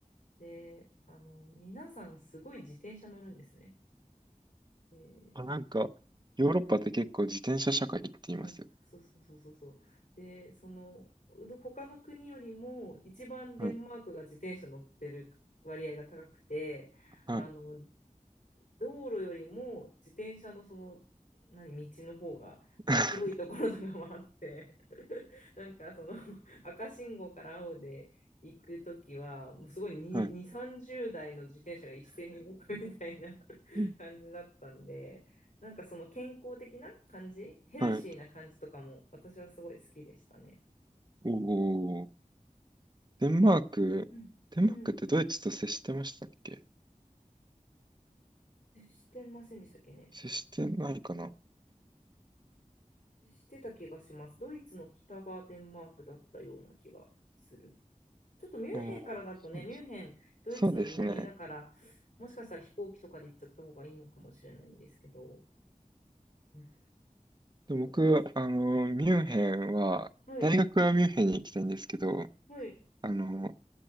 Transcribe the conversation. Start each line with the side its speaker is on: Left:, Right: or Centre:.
Left: で、あの、皆さんすごい自転車乗るんですね。で、
Right: あ、なんか、ヨーロッパって結構自転車社会って言いますよ。
Left: うん、あ、そうそうそうそうそう。で、その、うど他の国よりも一番デンマークが自転車乗ってる割合が高くて、
Right: はい。はい。
Left: あの、道路よりも自転車のその何道の方が広いところとかもあって
Right: <laughs>
Left: <laughs> なんかその赤信号から青で行くときはもうすごい2、
Right: はい。
Left: 2、30台の自転車が一斉に動くみたいな <laughs>
Right: うん
Left: 感じだったんでなんかその健康的な感じヘルシーな感じとかも私はすごい好きでしたね。
Right: はい。おお。デンマーク、
Left: うんうん
Right: デンマークってドイツと接してましたっけ
Left: してませんでしたっけね。
Right: 接してないかな
Left: してた気がします。ドイツの北がデンマークだったような気がする。ちょっとミュンヘンからだとね、
Right: おおー、そうです。
Left: ミュンヘン、ドイツの南だから、
Right: そうですね。
Left: もしかしたら飛行機とかで行っちゃった方がいいのかもしれないんですけど、うん、
Right: で、僕、
Left: そうです。
Right: あの、ミュンヘンは、
Left: はい、
Right: 大学はミュンヘンに行きたいんですけど、
Left: はい、
Right: あの、